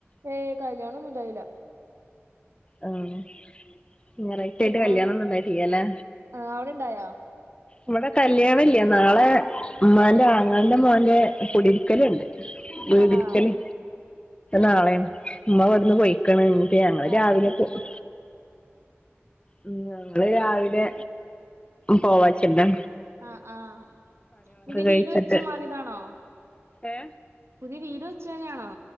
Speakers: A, on the right; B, on the left.
A: ഏയ് കല്യാണൊന്നുണ്ടായ്ല
B: ആഹ് ഞറായ്ച്ചായ്ട്ട്
A: പിന്നെ
B: കല്ല്യാണൊന്നുണ്ടായിട്ടില്ലലേ
A: ആഹ് അവിടെ ഇണ്ടായോ
B: ഇവടെ കല്ല്യാണില്ല നാളെ മ്മാന്റെ ആങ്ങളന്റെ മോന്റെ കുടിര്ക്കല്ണ്ട് വീടിര്ക്കല്
A: ആഹ് ആഹ്
B: നാളേണ് മ്മ ഇവിട്ന്ന്
A: ഉം
B: പോയ്ക്ക്ണ് ഞങ്ങള്
A: ആഹ്
B: രാവിലെ പോവു ഉം ഞങ്ങള് രാവിലെ പോവാച്ച്ട്ടാ
A: ആ ആഹ് പുത്യേ
B: കഴിച്ചിട്ട്
A: വീട് വെച്ച് മാറ്യതാണോ
B: ഏ
A: പുത്യേ വീട് വെച്ചെന്നേണോ